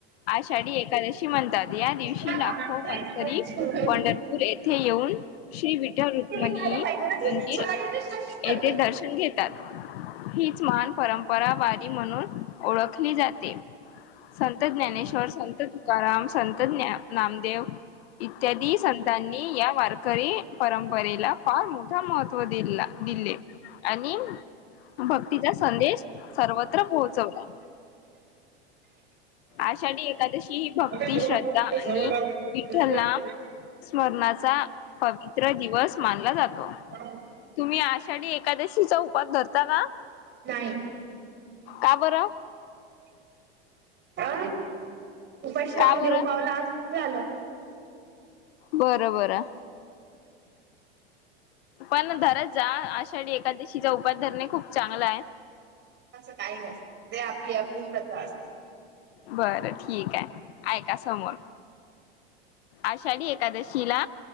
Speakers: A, on the left; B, on the right.
A: आषाडी एकादशी म्हणतात या दिवशी
B: कंटिन्यू
A: लाखो वारकरी पंडरपूर येथे येऊन श्री विठल रुक्मणी
B: घ्यायला पाहिजे ना ती
A: मंदि
B: सकाळी
A: र
B: येते सारखीच करते.
A: येथे दर्शन घेतात हिच मान परंपरा वारी म्हणून ओळखली जाते संत ज्ञानेश्वर संत तुकाराम संत ज्ञा नामदेव इत्यादी संतांनी या वारकरी परंपरेला फार मोठा महत्त्व दिला दिले आणि भक्तीचा संदेश सर्वत्र पोहोचवला आषाडी एकादशी ही भक्ती
B: अरे जेव्हा
A: श्रद्धा
B: आपण
A: आणि
B: तिला सवय लावली ना
A: विठ्ठल
B: एकाची
A: नाम स्मरणाचा पवित्र दिवस मानला जातो.
B: नाही
A: तुम्ही आषाढी एकादशीचा उपास धरता का?
B: नाही.
A: का बरं.
B: अ उपाशी
A: का
B: राहून
A: बरं?
B: देव पावला असं झालं
A: बर बर पण धरत जा आषाढी एकादशीचा उप उपास धरणे खूप चांगल हाय
B: असं काही नसत, ते आपली आपली श्रद्धा असते
A: बरं ठीक आहे ऐका समोर आषाठी एकादशीला